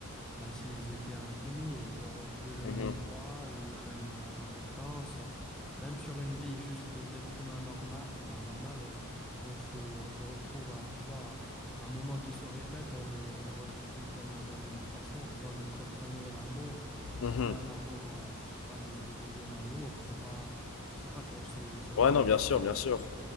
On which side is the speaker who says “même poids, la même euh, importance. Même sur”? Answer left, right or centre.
Centre